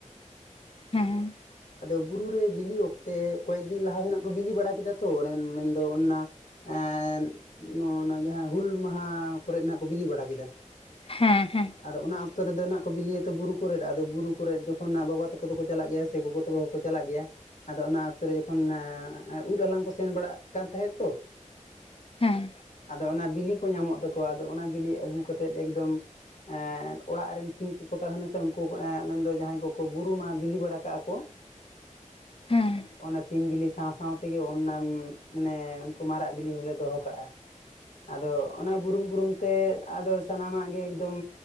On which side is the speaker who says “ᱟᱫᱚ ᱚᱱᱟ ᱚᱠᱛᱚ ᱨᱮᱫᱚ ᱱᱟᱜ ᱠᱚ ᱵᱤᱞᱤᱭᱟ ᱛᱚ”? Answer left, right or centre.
Left